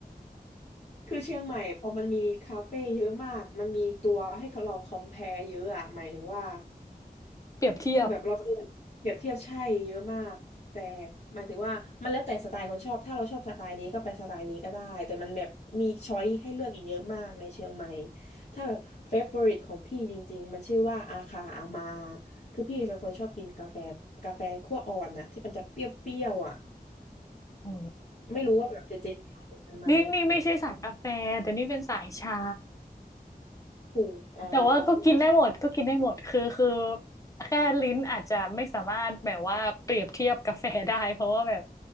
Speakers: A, on the left; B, on the left.
A: คือเชียงใหม่พอมันมีคาเฟ่เยอะมากมันมีตัวให้เราคอมเพลเยอะอะหมายถึงว่า
B: ำเปรียบเทียบ
A: คือแบบเราเจอเปรียบเทียบใช่เยอะมากแต่หมายถึงว่ามันแล้วแต่สไตล์คนชอบถ้าเราชอบสไตล์นี้ก็ไปสไตล์นี้ก็ได้แต่มันแบบมีช้อยให้เลือกอีกเยอะมากในเชียงใหม่ถ้าแบบเฟเวอริตของพี่จริงๆมันชื่อว่าอาคาอามาคือพี่เป็นคนชอบกินกาแฟกาแฟคั่วอ่อนนะที่มันจะเปรี้ยวๆอ่ะ
B: โอ้
A: ไม่รู้ว่าแบบเจเจรู้จักมันไหม
B: นี่นี่ไม่ใช่สายกาแฟแต่นี่เป็นสายชา
A: ถูหอ๋อ
B: แต่ว่าก็กินได้หมดก็กินได้หมดคือคือ
A: ถ้า
B: แค่ลิ้นอาจจะไม่สามารถแบบว่าเปรียบเทียบกาแฟได้เพราะว่าแบบ